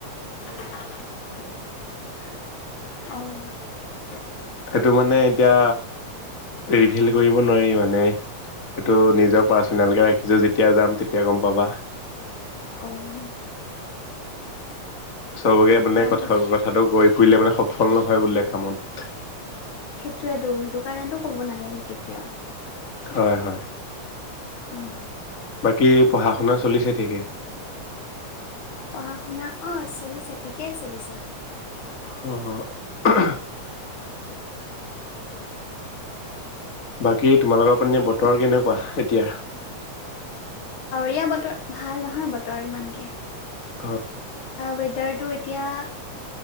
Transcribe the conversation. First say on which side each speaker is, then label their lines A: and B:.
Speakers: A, on the left; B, on the left.
A: <inaudible> অ',
B: সেইটো মানে এতিয়া ৰিভিল কৰিব নোৱাৰি মানে এইটো নিজৰ পাৰ্চনেলকে ৰাখিছো যেতিয়া যাম তেতিয়া গম পাবা।
A: আৰু
B: সবকে মানে
A: তাৰপাছ
B: কথা কথাটো গৈ ফুৰিলে মানে সফল নহয় বোলে কামত।
A: সেইটোৱেতো- সেইটো কাৰণেতো কব নালাগে কেতিয়াও।
B: হয় - হয়।
A: উম,
B: বাকী পঢ়া শুনা চলিছে ঠিকেই।
A: অ, শুনা অ, চলিছে ঠিকেই চলিছে।
B: অ', বাকী তোমালোকৰ পানে বতৰ কেনেকুৱা এতিয়া।
A: বিয়া বতৰ ভাল নহয় বতৰ ইমানকে
B: অ',
A: ৱেডাৰটো এতিয়া